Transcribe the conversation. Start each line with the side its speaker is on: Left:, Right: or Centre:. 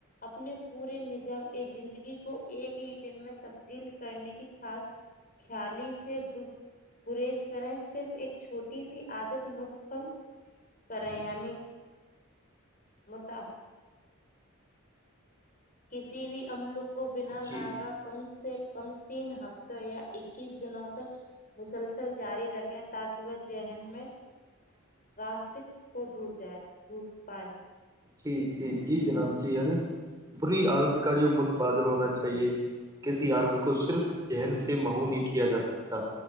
Left: اپنے پورے نظام زندگی کو ایک ہی دن میں تبدیل کرنے کی خاص چیالیس سے گریز کریں صرف ایک چھوٹی سی عادت متخم کریں یعنی متا کسی بھی امل کو بنا ناگا
Right: جی
Left: کم سے کم تین ہفتوں یا اکیس دنوں تک مسلسل جاری رکھیں تاکہ وہ ذہن میں راسک کو ڈڈ جائے ڈڈ پائائے
Right: جی جی جی جناب جی یعنی بری عادت کا جو متبادل ہونا چاہیے کسی عادت کو صرف ذہن سے محو نہیں کیا جا سکتا